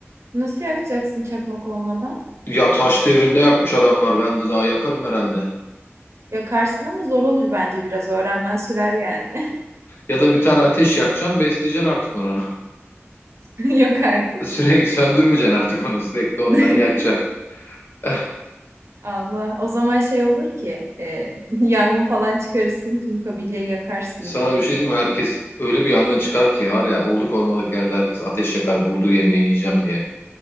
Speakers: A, on the right (about 70°); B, on the left (about 50°).
A: Nasıl yakacaksın çakmak olmadan?
B: Ya taş devrinde yakmış adamlar. Ben de daha yakarım herhalde.
A: Yakarsın ama zor olur bence biraz. Öğrenmen sürer yani.
B: Ya da bir tane ateş yakacaksın, besleyeceksin artık onu.
A: <laughs> Yok artık.
B: <laughs> Sürekli söndürmeyeceksin artık onu. Sürekli ondan
A: <laughs>
B: yakacaksın. <laughs>
A: Allah. O zaman şey olur ki e, <laughs> yangın falan çıkarırsın tüm kabileyi yakarsın
B: Sana
A: bir anda.
B: bir şey diyeyim mi? Herkes öyle bir yangın çıkar ki var ya olduk ormanlık yerde herkes ateş yakar bulduğu yemeği yiyeceğim diye.